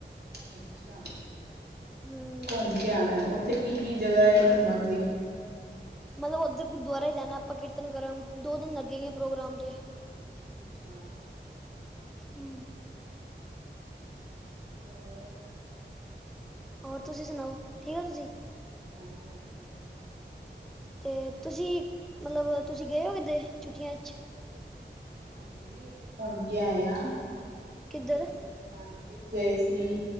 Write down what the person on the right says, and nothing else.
ਅੱਛਾ,
ਘੁੰਮ ਕੇ ਆਣਾ ਐ। ਓਥੇ ਕੀ ਕੀ ਜਗਾ ਐ ਘੁੰਮਣ ਲਈ?
ਅੱਛਾ।
ਹੋਰ।
ਹਾਂਜੀ ਹਾਂਜੀ ਵਧੀਆ।
ਹਾਂਜੀ, ਅਸੀਂ ਘੁੰਮ ਕੇ ਆਏ ਆਂ
ਛੁੱਟੀਆਂ ਨਾਨਕੇ ਵੀ ਗਏ ਸੀ।